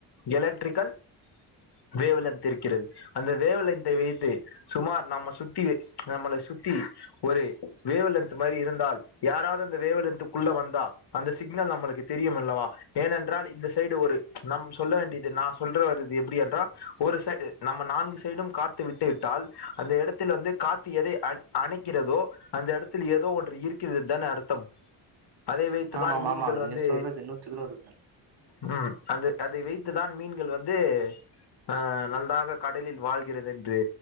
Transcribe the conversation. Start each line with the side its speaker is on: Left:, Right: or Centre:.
Left: எலக்ட்ரிக்கல் வேவ்லெந்த் இருக்கிறது அந்த வேவ்லெந்த்தை வைத்து சுமார் நம்ம சுத்தி நம்மள சுத்தி ஒரு வேவ்லெந்த் மாரி இருந்தால் யாராவது அந்த வேவ்லெந்த்துக்குள்ள வந்தா அந்த சிக்னல் நம்மளுக்கு தெரியுமல்லவா? ஏனென்றால் இந்த சைடு ஒரு நம் சொல்ல வேண்டியது நா சொல்ற வர்றது எப்டி என்றா ஒரு சைடு நம்ம நான்கு சைடும் காத்து விட்டு விட்டால் அந்த எடத்துல வந்து காத்து எதை அண் அணைக்கிறதோ அந்த எடத்தில் ஏதோ ஒன்று இருக்கிறதுதான அர்த்தம் அதை வைத்துதான்
Right: ஆமாம்
Left: மீன்கள்
Right: ஆமாம் நீங்க
Left: வந்து
Right: சொல்றது நூத்துக்கு நூறு உண்ம
Left: ம் அந்த அதை வைத்துதான் மீன்கள் வந்து ஆ நன்றாக கடலில் வாழ்கிறது என்று